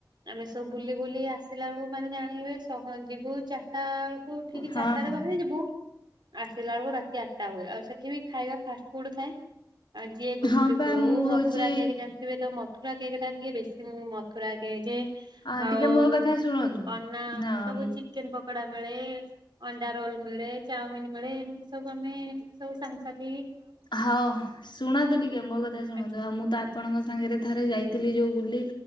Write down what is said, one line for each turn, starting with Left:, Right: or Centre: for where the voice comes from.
Right: ଆମେ ସବୁ ବୁଲି ବୁଲି ଆସିଲା ବେଳକୁ ମାନେ ଜାଣିବେ, ସହନ୍ତି ଭୋର ଚାରିଟା ବେଳକୁ ଉଠିକି
Left: ହଁ
Right: ଚା ଚାରିଟା
Left: ହଁ।
Right: ରେ ବାହାରି ଯିବୁ ଆସିଲା ବେଳକୁ ରାତି ଆଠଟା ହୁଏ, ଆଉ ସେଠି ବି ଖାଇବା ଫାଷ୍ଟ ଫୁଡ ଥାଏ। ଆଜି ଏ ଗୁପଚୁପ
Left: ହଁ ପା
Right: ହଉ,
Left: ମୁଁ ହଉଛି
Right: ମଥୁରା କେକ୍ ଯା ଥିବେ ତ ମଥୁର କେକେ ଟା ଟିକେ ବେଶୀ ମଥୁରା କେକେ।
Left: ଅ
Right: ଆଉ
Left: ଟିକେ ମୋ କଥା ଶୁଣନ୍ତୁ।
Right: ଅନା
Left: ହଁ।
Right: ସବୁ ଚିକେନ ପକଡା ମିଳେ, ଅଣ୍ଡା ରୋଲ ମିଳେ, ଚାଉମିିନ ମିଳେ ଏମିତି ସବୁ ଆମେ ସବୁ ସାଙ୍ଗ ସାଥୀ
Left: ହଁ ଶୁଣନ୍ତୁ ଟିକେ ମୋ କଥା ଶୁଣନ୍ତୁ,
Right: ଆଜ୍ଞା
Left: ଆଉ ମୁଁ ତା ଆପଣଙ୍କ ସାଙ୍ଗରେ ଥରେ ଯାଇଥିଲି ଯୋଉ ବୁଲି।